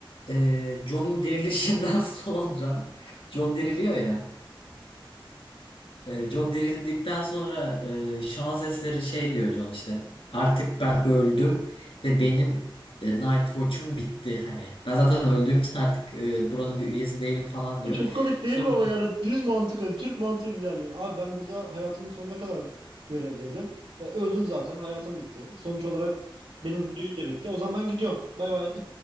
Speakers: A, on the left; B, on the right.
A: e, Jon'un dirilişinden <laughs> sonra Jon diriliyor ya. E, Jon dirildikten sonra e, şans eseri şey diyor Jon işte artık ben öldüm ve benim e, Night Watch'um bitti hani. Ben zaten öldüğüm için artık e, buranın bir üyesi değilim falan diyor.
B: Bu Çok komik değil
A: Sonra
B: mi ama yani düz mantık, hani Türk mantığı ilerliyor. Abi ben burada hayatımın sonuna kadar görevdeydim. E, öldüm zaten, hayatım bitti. Sonuç olarak benim videoyu da bitti. O zaman ben gidiyorum. Bay bay.